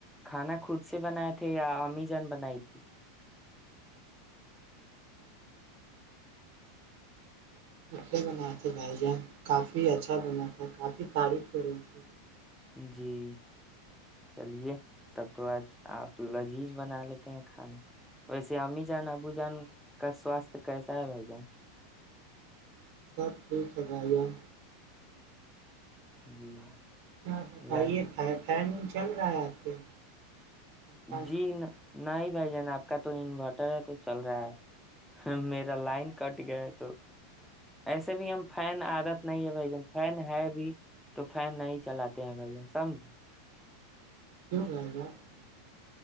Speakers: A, in the centre; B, on the right.
A: کھانا خود سے بنائے تھے یا امی جان بنائی تھی
B: اے بنائے تھے بھائی جان کافی اچھا بنا تھا کافی تعریف ہو رہی تھی
A: جی چلیے تب تو آج آپ لذیذ بنا لیتے ہیں کھانا ویسے امی جان ابو جان کا سواستھ کیسا ہے بھائی جان
B: سب ٹھیک ہے بھائی جان
A: جی
B: ہاں بتائیے
A: رہ-
B: کائے فین چل رہا ہے آپ کے کام
A: جین
B: کیوں
A: نہیں بھائی جان آپ کا تو انورٹر ہے تو چل رہا ہے میرا لائن کٹ گیا ہے تو ایسے بھی ہم فین عادت نہیں ہے بھائی جان فین ہے بھی تو فین نہیں چلاتے ہیں بھائی جان سمجھ
B: <inaudible>